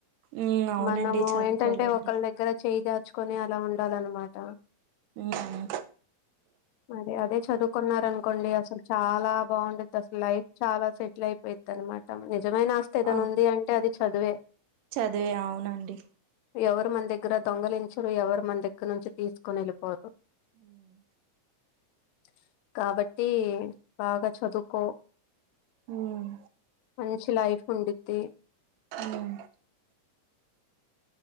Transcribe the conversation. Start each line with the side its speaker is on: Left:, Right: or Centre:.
Right: ఉమ్ అవునండి
Left: మనము
Right: చదువుకోవాలండి
Left: ఏంటంటే ఒకళ్ళ దగ్గర చేయి చాచుకొని అలా ఉండ. అదన్నా మాట.
Right: ఉమ్
Left: అదే అదే చేప్ కొన్నారనుకోండి అసలు చాలా బాగుంటది అసలు లైఫ్ చాలా సెటిల్ అయిపోయిది అన్న మాట. నిజమైన ఆస్తి ఏదనా
Right: అవు
Left: ఉంది అంటే అది చ చదువే
Right: చదివే అవునండి.
Left: ఎవరు మన దగ్గర దొంగలించరు, ఎవరు మన దగ్గర నుంచి తీసుకొని వెళ్ళిపోరు.
Right: ఉమ్
Left: <inaudible> కాబట్టి బాగా చదువుకో
Right: ఉమ్
Left: మంచి లైఫ్ ఉండి ది
Right: ఉమ్